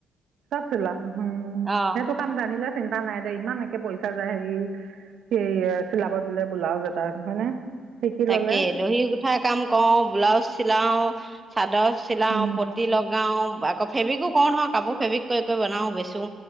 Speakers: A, on the right; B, on the right.
A: চব চিলাঅ ' উম
B: অ
A: সেই তো কাম জানিলে চিন্তা নাই দে ইমান একে পইচা পইচা যায় হেৰি স চিলাব দিলে ব্লাউজ এটা হয়নে? শিকি
B: তাকে
A: ললে
B: দহি গুঠা কাম কৰো ব্লাউজ চিলাও। চাদৰ চিলাও
A: উম
B: প্ৰতি লগাও লগাও আকৌ ফেব্ৰিকো কৰোঁ নহয় কাপোৰ ফেব্ৰিক কৰি কৰি বনাওঁ বেচো